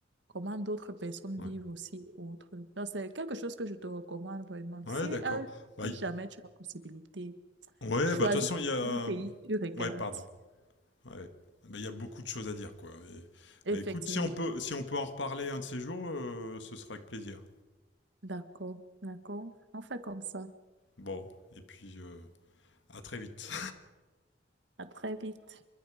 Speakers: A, on the right (about 70°); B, on the left (about 75°).
A: Comment d'autres personnes
B: Ouais,
A: vivent aussi autre. Donc, c'est quelque chose que je te recommande vraiment.
B: Ouais,
A: Si
B: d'accord.
A: un jour,
B: Bah,
A: si
B: y-
A: jamais tu as la possibilité,
B: Ouais,
A: choisis
B: bah de toute façon, il y a.
A: un pays, que tu regardes.
B: Ouais, pardon. Ouais. Bah, il y a beaucoup de choses à dire, quoi. Et-
A: Effectivement.
B: Bah écoute, si on peut, si on peut en reparler un de ces jours, euh, ce sera avec plaisir.
A: D'accord, d'accord. On fait comme ça.
B: Bon, et puis euh, à très vite.
A: À très vite.